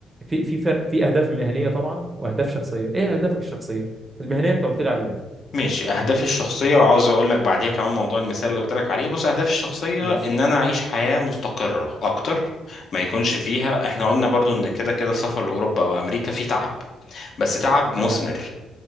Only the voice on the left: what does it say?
مم.
ماشي اهدافي الشخصيه وعاوز اقول لك بعديها كمان موضوع المثال اللي قلت لك عليه بص اهدافي الشخصيه
ان انا اعيش حياه مستقره اكتر ما يكونش فيها احنا قلنا برضو ان كده كده السفر لاوروبا او امريكا فيه تعب بس تعب مثمر